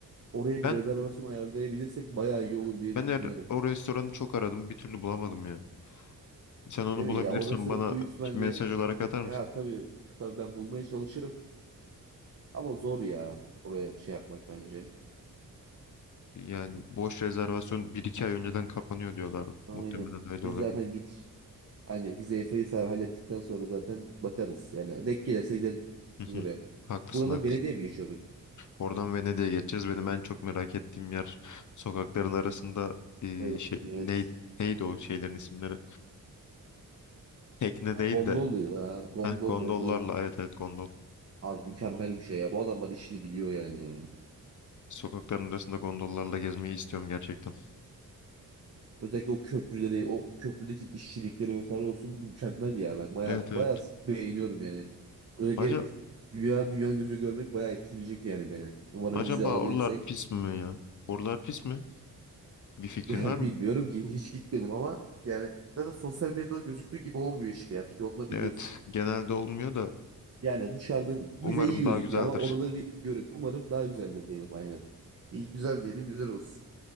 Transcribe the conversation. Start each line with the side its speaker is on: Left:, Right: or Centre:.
Right: Oraya
Left: Ben
Right: bir rezervasyon ayarlayabilirsek bayağı iyi olur diye
Left: ben
Right: düşünüyorum.
Left: er- o restoranı çok aradım. Bir türlü bulamadım ya. Sen onu
Right: Değil mi
Left: bulabilirsen
Right: ya orası
Left: bana
Right: büyük ihtimalle
Left: mesaj olarak atar mısın?
Right: ya tabii tabii ben bulmaya çalışırım ama zor ya oraya şey yapmak bence.
Left: Yani boş rezervasyon bir iki ay önceden kapanıyor diyorlardı.
Right: Aynen.
Left: Muhtemelen öyle
Right: Biz
Left: olabilir.
Right: zaten git Hani vizeyi Faysal hallettikten sonra zaten bakarız. Yani denk gelirse gideriz
Left: Hı hı.
Right: oraya.
Left: Haklısın
Right: Buradan
Left: haklısın.
Right: da Venedik'e mi geçiyorduk?
Left: Oradan Venedik'e geçeceğiz. Benim en çok merak ettiğim yer sokakların arasında ee,
Right: Evet,
Left: şey,
Right: evet.
Left: ney- neydi o şeylerin isimleri? Tekne değil
Right: Gondol
Left: de
Right: ya. Gondol,
Left: Heh, gondollarla
Right: gondol.
Left: evet evet gondol.
Right: Abi mükemmel bir şey ya. Bu adamlar işini biliyor yani.
Left: Sokakların arasında gondollarla gezmeyi istiyorum gerçekten.
Right: Özellikle o köprüleri, o köprüdeki işçilikleri vesaire olsun mükemmel ya. Ben baya
Left: Evet
Right: baya
Left: evet.
Right: beğeniyorum yani. Özellikle
Left: Acaba,
Right: dünya dünya gözü görmek bayağı etkileyecek yani beni. Umarım
Left: acaba
Right: vize alabilirsek
Left: oralar pis mi ya? Oralar pis mi? Bir fikrin
Right: Yani
Left: var mı?
Right: bilmiyorum ki hiç gitmedim ama yani zaten sosyal medyada gözüktüğü gibi olmuyor hiçbir yer. Yolda biliyorsun.
Left: Evet, genelde olmuyor da
Right: Yani dışarıdan bize
Left: umarım
Right: iyi gözüküyor
Left: daha güzeldir.
Right: ama orada bir görün. Umarım daha güzeldir diyelim aynen. İyi güzel diyelim güzel olsun.